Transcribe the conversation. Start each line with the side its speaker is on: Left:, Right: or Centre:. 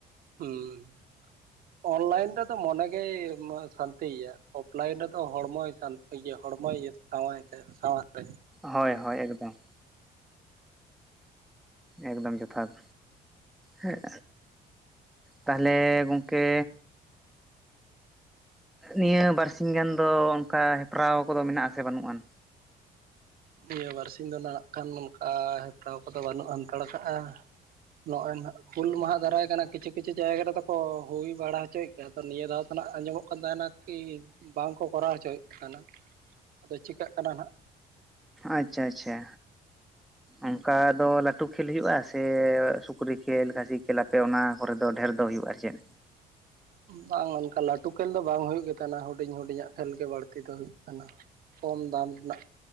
Right: ᱦᱩᱸ ᱚᱱᱞᱟᱭᱤᱱ ᱨᱮᱫᱚ ᱢᱚᱱᱮ ᱜᱮᱭ ᱥᱟᱱᱛᱤᱭᱟ ᱚᱯᱷᱞᱟᱭᱤᱱ ᱨᱮᱫᱚ ᱦᱚᱲᱢᱚᱭ ᱥᱟᱱ ᱤᱭᱟᱹ ᱦᱚᱲᱢᱚ ᱤᱭᱟᱹ ᱥᱟᱶᱟᱭ ᱛᱮ ᱥᱟᱶᱟᱨ ᱨᱮ
Centre: ᱦᱳᱭ ᱦᱳᱭ ᱮᱠᱫᱚᱢ ᱮᱠᱫᱚᱢ ᱡᱚᱛᱷᱟᱛ ᱦᱮᱸ ᱛᱟᱦᱚᱞᱮ ᱜᱚᱝᱠᱮ ᱱᱤᱭᱟᱹ ᱵᱟᱨᱥᱤ ᱜᱟᱱ ᱫᱚ ᱚᱱᱠᱟ ᱦᱮᱯᱨᱟᱣ ᱠᱚᱫᱚ ᱢᱮᱱᱟᱜ ᱟᱥᱮ ᱵᱟᱹᱱᱩᱜ ᱟᱱ
Right: ᱱᱤᱭᱟᱹ ᱵᱟᱨᱥᱤ ᱫᱚ ᱱᱟᱜ ᱠᱷᱟᱱ ᱱᱚᱝᱠᱟ ᱦᱮᱯᱨᱟᱣ ᱠᱚᱫᱚ ᱵᱟᱹᱱᱩᱜ ᱦᱟᱱᱛᱟᱲ ᱠᱟᱜᱼᱟ ᱱᱚᱜᱼᱚᱭ ᱱᱟᱦᱟᱜ ᱦᱩᱞ ᱢᱟᱦᱟ ᱫᱟᱨᱟᱭ ᱠᱟᱱᱟ ᱠᱤᱪᱷᱩ ᱠᱤᱪᱷᱩ ᱡᱟᱭᱜᱟ ᱨᱮᱫᱚ ᱠᱚ ᱦᱩᱭ ᱵᱟᱲᱟ ᱦᱚᱪᱚᱭᱮᱫ ᱜᱮᱭᱟ ᱛᱚ ᱱᱤᱭᱟᱹ ᱫᱷᱟᱣ ᱫᱚ ᱦᱟᱸᱜ ᱟᱸᱡᱚᱢᱚᱜ ᱠᱟᱱ ᱛᱟᱦᱮᱱᱟ ᱠᱤ ᱵᱟᱝᱠᱚ ᱠᱚᱨᱟᱣ ᱦᱚᱪᱚᱭᱮᱫ ᱠᱟᱱᱟ ᱟᱫᱚ ᱪᱤᱠᱟᱹᱜ ᱠᱟᱱᱟ ᱱᱟᱦᱟᱜ
Centre: ᱟᱪᱪᱷᱟ ᱟᱪᱪᱷᱟ ᱚᱱᱠᱟ ᱫᱚ ᱞᱟᱹᱠ ᱞᱟᱹᱴᱩ ᱠᱷᱮᱞ ᱦᱩᱭᱩᱜᱼᱟ ᱥᱮ ᱥᱩᱠᱨᱤ ᱠᱷᱮᱞ ᱠᱷᱟᱹᱥᱤ ᱠᱷᱮᱞ ᱟᱯᱮ ᱚᱱᱟ ᱠᱚᱨᱮ ᱫᱚ ᱰᱷᱮᱨ ᱫᱚ ᱦᱩᱭᱩᱜᱼᱟ ᱟᱨ ᱪᱮᱫ
Right: ᱵᱟᱝ ᱚᱱᱠᱟ ᱞᱟᱹᱴᱩ ᱠᱷᱹᱮᱞ ᱫᱚ ᱵᱟᱝ ᱦᱩᱭᱩᱜ ᱜᱮ ᱛᱟᱦᱮᱱᱟ ᱦᱩᱰᱤᱧ ᱦᱩᱰᱤᱧᱟᱜ ᱠᱷᱮᱞ ᱜᱮ ᱵᱟᱹᱲᱛᱤ ᱫᱚ ᱦᱩᱭᱩᱜ ᱠᱟᱱᱟ ᱠᱚᱢ ᱫᱟᱢ ᱨᱮᱱᱟᱜ